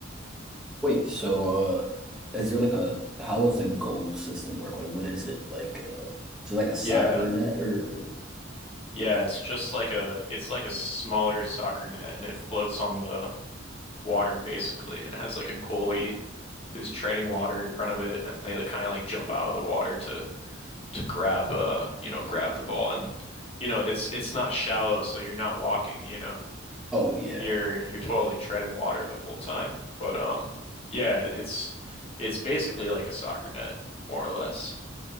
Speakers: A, in the centre; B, on the left.
A: wait, so uh, is there like a, how does the goal system work? Like, what is it? Like, uh, is it like a Yeah. soccer
B: Yeah.
A: net or?
B: Yeah, it's just like a it's like a smaller soccer net and it floats on the water basically and has like a goalie who's treading water in front of it and they kind of like jump out of the water to to grab uh you know grab the ball and you know it's it's not shallow so you're not walking you know
A: Oh, yeah.
B: you're you're totally treading water the whole time but um yeah it's it's basically like a soccer net more or less